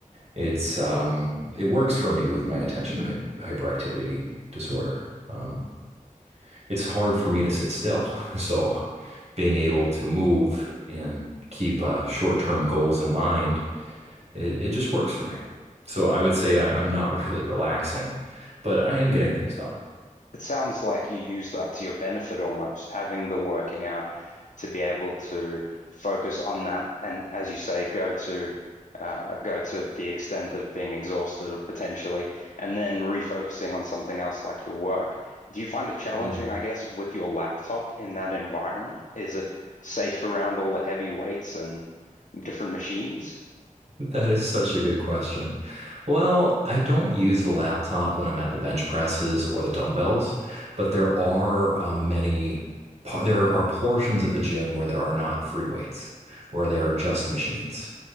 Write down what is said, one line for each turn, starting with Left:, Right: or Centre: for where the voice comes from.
Right: it's um it works for me with my attention hyperactivity disorder. Um, it's hard for me to sit still. <laughs> So being able to move and keep uh, short-term goals in mind, it, it just works for me. So I would say I, I'm not <laughs> really relaxing, but I am getting things done.
Left: it sounds like you use that to your benefit almost, having the working out to be able to focus on that and, as you say, go to uh, go to the extent of being exhausted potentially, and then refocusing on something else like your work. Do you find it challenging,
Right: Yeah.
Left: I guess, with your laptop in that environment? Is it safe around all the heavy weights and different machines?
Right: That is such a good question. Well, I don't use the laptop when I'm at the bench presses or the dumbbells, but there are um, many, par- there are portions of the gym where there are not free weights, where there are just machines.